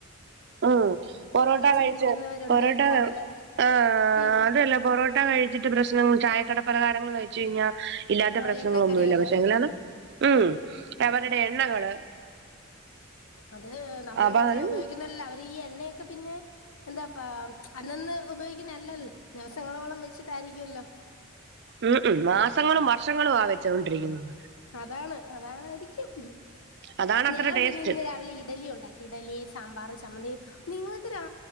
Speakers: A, on the right; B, on the left.
A: ഉം പൊറോട്ട
B: ചിന്തിക്കുന്നവരുണ്ട്
A: കഴിച്ച് പൊറോട്ട
B: അവരായിരിക്കും
A: ആഹ്
B: ഉം
A: അതല്ല പൊറോ ട്ട കഴിച്ചിട്ട് പ്രശ്നം ചായക്കടപലഹാരങ്ങൾ കഴിച്ച്ഴ്ഞ്ഞാ ഇല്ലാത്ത
B: ആ
A: പ്രശ്നങ്ങളൊന്നുഇല്ല
B: എണ്ണക്കടികള്
A: പക്ഷെ എങ്ങലാണ് ഉം അവരുടെ
B: അതെ
A: എണ്ണകള്
B: അത് നമ്മളെ
A: അപാനം
B: വീട്ടില് ഉപയോഗിക്കുന്നല്ല അവരി എണ്ണയൊക്കെ പിന്നെ എന്താപ്പ അന്നാന്ന് ഉപയോഗിക്കുന്ന അല്ലല്ലോ ദിവസങ്ങളോളം വെച്ചിട്ടാരിക്കുല്ലോ
A: ഉം ഉം മാസങ്ങളും വർഷങ്ങളും ആ വെച്ചോണ്ടിരിക്കുന്നത്
B: അതാണ് അതാരിക്കും
A: അതാണ്
B: ഞാൻ
A: അത്ര ടേസ്റ്റ്
B: പിന്നെ ഇന്ന് രാവിലെ ഇഡലി ഒണ്ടാക്കി ഇഡലി, സാമ്പാർ, ചമ്മന്തി, നിങ്ങളൊക്കെ രാ